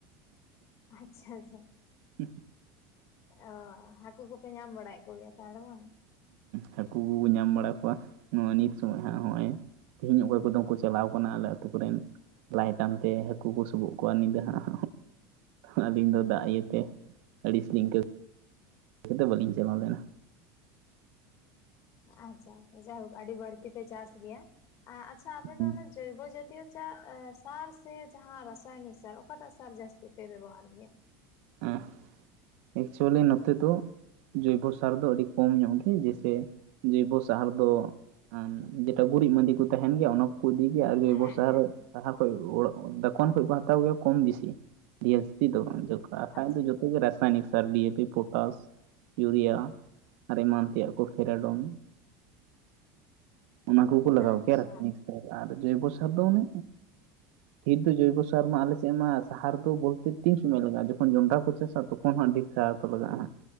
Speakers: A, on the left; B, on the right.
A: ᱟᱪᱪᱷᱟ ᱟᱪᱪᱷᱟ
B: <unintelligible>
A: ᱚ ᱦᱟᱹᱠᱩ ᱠᱚᱯᱮ ᱧᱟᱢ ᱵᱟᱲᱟᱭᱮᱫ ᱠᱚᱜᱮᱭᱟ ᱛᱟᱦᱚᱞᱮ ᱵᱟᱝ?
B: <inaudible> ᱦᱟᱹᱠᱩ ᱧᱟᱢ ᱵᱟᱲᱟ ᱠᱚᱣᱟ ᱱᱚᱣᱟᱜ ᱱᱤᱛ ᱥᱚᱢᱚᱭ ᱦᱟᱸᱜ ᱱᱚᱜᱼᱚᱭ ᱛᱮᱦᱤᱧ ᱚᱠᱚᱭ ᱠᱚᱫᱚ ᱠᱚ ᱪᱟᱞᱟᱣ ᱠᱟᱱᱟ ᱟᱞᱮ ᱟᱛᱳ ᱠᱚᱨᱮᱱ ᱞᱟᱭᱤᱴ ᱟᱱᱛᱮ ᱦᱟᱹᱠᱩ ᱠᱚ ᱥᱚᱵᱚᱜ ᱠᱚᱣᱟ ᱧᱤᱫᱟᱹ ᱦᱟᱸᱜ ᱟᱹᱞᱤᱧ ᱫᱚ ᱫᱟᱜ ᱤᱭᱟᱹᱛᱮ ᱟᱹᱲᱤᱥ ᱞᱤᱧ ᱟᱹᱭᱠᱟᱹᱭᱼ ᱛᱮ ᱵᱟᱹᱞᱤᱧ ᱪᱟᱞᱟᱣ ᱞᱮᱱᱟ ᱾
A: ᱟᱪᱪᱷᱟ ᱟᱪᱪᱷᱟ ᱡᱟᱭᱦᱳᱠ ᱟᱹᱰᱤ ᱵᱟᱹᱲᱛᱤ ᱯᱮ ᱪᱟᱥ ᱜᱮᱭᱟ ᱾ ᱟᱪᱪᱷᱟ ᱟᱯᱮ
B: ᱦᱩᱸ
A: ᱫᱚ ᱚᱱᱮ ᱡᱚᱭᱵᱚ ᱡᱟᱛᱤᱭᱚ ᱪᱟᱨ ᱮᱜ ᱥᱟᱨ ᱥᱮ ᱡᱟᱦᱟ ᱨᱟᱥᱟᱭᱚᱱᱤᱠ ᱥᱟᱨ ᱚᱠᱟᱴᱟᱜ ᱥᱟᱨ ᱡᱟᱹᱥᱛᱤ ᱯᱮ ᱵᱮᱵᱚᱦᱟᱨ ᱜᱮᱭᱟ?
B: ᱟᱨ ᱮᱠᱪᱩᱭᱮᱞᱤ ᱱᱚᱛᱮ ᱫᱚ ᱡᱚᱭᱵᱚᱼ ᱼᱟᱨ ᱫᱚ ᱟᱹᱰᱤ ᱠᱚᱢ ᱧᱚᱜ ᱜᱮ ᱾ ᱡᱮᱭᱥᱮ ᱡᱚᱭᱵᱳ ᱥᱟᱦᱟᱨ ᱫᱚ ᱟᱱ ᱡᱮᱴᱟ ᱜᱩᱨᱤᱡ ᱢᱟᱸᱫᱤ ᱠᱚ ᱛᱟᱦᱮᱱ ᱜᱮᱭᱟ ᱚᱱᱟ ᱠᱚᱠᱚ ᱤᱫᱤ ᱜᱮᱭᱟ ᱟᱨ ᱡᱚᱭᱵᱳ
A: ᱦᱮᱸ
B: ᱥᱟᱦᱟᱨ
A: ᱦᱮᱸ
B: ᱥᱟᱦᱟᱨ <inaudible> ᱫᱚᱠᱟᱱ ᱠᱷᱚᱱ ᱠᱚ ᱦᱟᱛᱟᱣ ᱜᱮᱭᱟ ᱠᱚᱢ ᱵᱤᱥᱤ ᱡᱟᱹᱥᱛᱤ ᱫᱚ ᱵᱟᱝ ᱾ ᱡᱚᱠᱷᱟ ᱠᱷᱟᱱ
A: ᱟᱪᱪᱷᱟ
B: ᱫᱚ ᱡᱚᱛ ᱜᱮ ᱨᱟᱥᱤ ᱨᱟᱥᱟᱭᱚᱱᱤᱠ ᱥᱟᱨ, D A P potash urea ᱟᱨ ᱮᱢᱟᱱ ᱛᱮᱭᱟᱜ ᱠᱚ ᱯᱷᱮᱨᱟᱰᱚᱢ ᱚᱱᱟ ᱠᱚᱠᱚ ᱞᱟᱜᱟᱣ
A: ᱟᱪᱪᱷᱟ
B: ᱜᱮᱭᱟ ᱨᱟᱥᱟᱭᱚᱱᱤᱠ ᱥᱟᱨ ᱟᱨ ᱡᱚᱭᱵᱳ ᱥᱟᱨ ᱫᱚ ᱚᱱᱮ ᱰᱷᱤᱨ ᱫᱚ ᱡᱚᱭᱵᱳ ᱥᱟᱨ ᱢᱟ ᱟᱞᱮ ᱥᱮᱫ ᱢᱟ ᱥᱟᱦᱟᱨ ᱫᱚ ᱵᱚᱞᱛᱮ ᱛᱤᱱ ᱥᱚᱢᱚᱭ ᱞᱟᱜᱟᱜ-ᱟ ᱡᱚᱠᱷᱚᱱ ᱡᱚᱱᱰᱨᱟ ᱠᱚ ᱪᱟᱥᱟ ᱛᱚᱠᱷᱚᱱ ᱦᱟᱜ ᱰᱷᱤᱨ ᱥᱟᱦᱟᱨ ᱫᱚ ᱞᱟᱜᱟᱜᱼᱟ ᱦᱟᱜ